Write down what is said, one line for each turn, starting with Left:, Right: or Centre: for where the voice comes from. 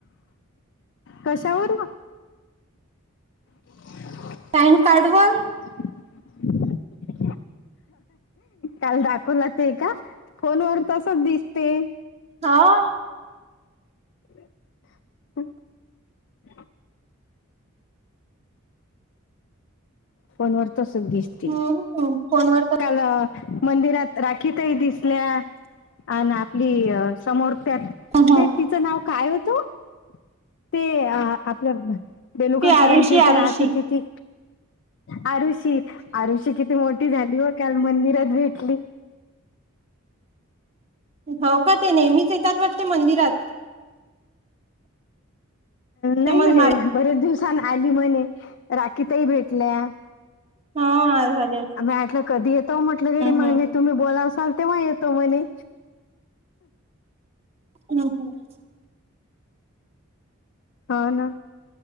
Left: कशावर. ह. <inaudible>
Right: पॅन कार्ड वर.
Left: <inaudible> काल दाखवला ते का फोन व तसच दिसते.
Right: हा.
Left: ह. <inaudible> फोन वर तसच दिसते
Right: हम्म फोनवर ह
Left: काल मंदिरात राखी ताई दिसल्या. आणि आपली समोर त्यात
Right: ह
Left: ते तिचं नाव काय होतं ओ? ते आपल्या बेलुकर
Right: ती आरुषी
Left: सरांच्या इथे
Right: आरुषी
Left: राहत त ती. आरुषी, आरुषी किती मोठी झाली व काल मंदिरात भेटली.
Right: हो का ते नेहमीच येतात वाटते मंदिरात. त्यामुळे
Left: नाही म्हणे
Right: मा
Left: बरेच दिवसन आली म्हणे, राखी ताई भेटल्या.
Right: ह आ झाले. हम्म
Left: आ्म्ही म्हटल कधी येतो म्हटलं घरी म्हणे
Right: हम्म
Left: तुम्ही बोलावसााल तेव्हा येतो म्हणे.
Right: <unintelligible>
Left: हा ना.